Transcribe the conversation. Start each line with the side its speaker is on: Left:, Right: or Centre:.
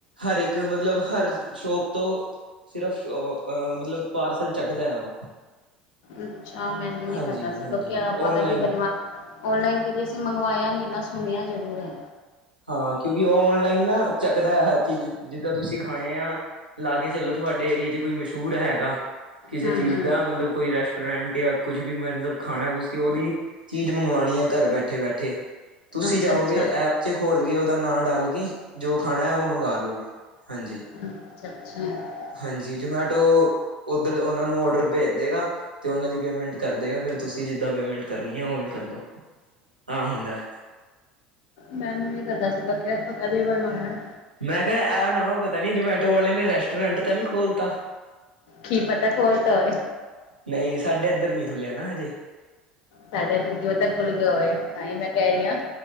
Right: ਹਰ ਏਕ ਮਤਲਬ ਹਰ ਸ਼ੋਪ ਤੋਂ ਸਿਰਫ ਸ਼ੋਪ ਅ ਮਤਲਬ ਪਾਰਸਲ ਚੱਕਦਾ ਓ।
Left: ਅੱਛਾ, ਮੈਨੂੰ ਨੀ
Right: ਹਾਂਜੀ-ਹਾਂਜੀ
Left: ਪਤਾ ਸੀ ਕਿਓਕਿ ਅਪਾ
Right: ਓਨਲਾਈਨ
Left: ਕਦੀ ਬਨਵਾ ਔਨੋਲਾਈਨ ਕਦੀ ਅਸੀ ਮੰਗਵਾਏਆ ਨੀ ਨਾ ਸੁਣਯਾ ਜ਼ਰੂਰ ਐ।
Right: ਹਾਂ, ਕਿਉਕਿ ਔਨਲਾਈਨ ਨਾ ਚੱਕਦਾ ਐ ਹਰ ਚੀਜ਼ ਜਿਦਾਂ ਤੁਸੀਂ ਖਾਣੇ ਆ, ਲਾ ਕੇ ਚਲੋ ਚਲੋ ਤੁਹਾਡੇ ਏਰੀਏ ਚ ਕੋਈ ਮਸ਼ਹੂਰ ਹੈਗਾ ਕਿਸੇ
Left: ਹੂੰ
Right: ਚੀਜ਼
Left: ਹੂੰ
Right: ਦਾ ਮਤਲਬ ਕੋਈ ਰੈਸ਼ਟ ਰੈਂਟ ਯਾ ਕੁਛ ਵੀ ਮਤਲਬ ਖਾਣਾ ਐ ਤੁਸੀਂ ਓਦੀ ਚੀਜ ਮੰਗਵਾਣੀ ਐ ਘੱਰ ਬੈਠੇ-ਬੈਠੇ ਤੁਸੀਂ
Left: ਅੱਛਾ
Right: ਜਾਓਗੇ
Left: ਅੱਛਾ
Right: ਐਪ ਚ ਖੋਲ ਗੇ ਓਦਾ ਨਾਂ ਡਾਲ ਕੇ ਜੋ ਖਾਣਾ ਓ ਮੰਗਾ ਲੋਗੇ, ਹਾਂਜੀ।
Left: ਅੱਛਾ-ਅੱਛਾ।
Right: ਹਾਂਜੀ, ਜਮੈਟੋ ਓਧਰ ਓਨਾ ਨੂੰ ਔਡਰ ਪੇਜ ਦੇਗਾ ਤੇ ਓਨਾਂ ਦੀ ਪੇਮੈਂਟ ਕਰ ਦੇਗਾ ਫੇਰ ਤੁਸੀਂ ਜਿੱਦਾਂ ਪੇਮੈਂਟ ਕਰਨੀ ਐਂ ਓਵੇਂ ਕਰਦੋ, ਆ ਹੁੰਦੈ।
Left: ਮੈਨੂੰ ਨੀ ਪਤਾ ਸੀ ਪੱਕੇਆ ਪਕਾ <unintelligible>
Right: ਮੈਂ ਕੇਹਾ ਐ ਨਵਾਂ ਪਤਾ ਨੀ ਜਮੈਟੋ ਵਾਲੇ ਨੇ ਰੈਸਟੋਰੈਂਟ ਤੇ ਨੀ ਖੋਲਤਾ।
Left: ਕੀ ਪਤਾ ਖੋਲਤਾ ਹੋਏ।
Right: ਨਈ ਸਾਡੇ ਐਧਰ ਨੀ ਖੁੱਲਿਆ ਨਾ ਹਜੇ।
Left: ਸਾਡੇ ਇਧੱਰ ਕਿ ਪਤਾ ਖੁੱਲ ਗਿਆ ਹੋਏ ਤਾਂ ਈ ਮੈਂ ਕੈ ਰੀ ਆ।